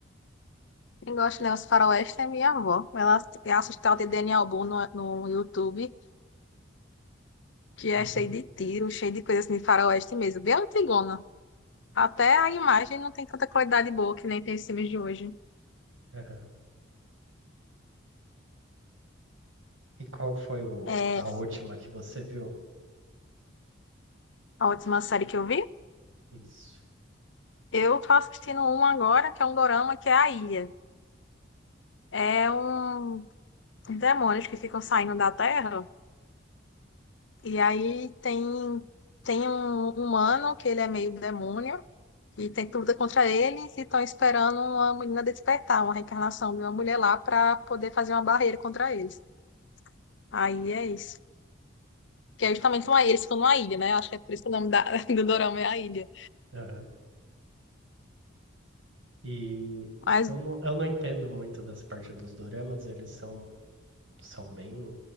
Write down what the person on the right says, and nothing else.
<laughs>
Aham. E qual foi o,
a última que você viu?
Isso.
Aham. E
eu não, eu não entendo muito dessa parte dos doramas, eles são, são bem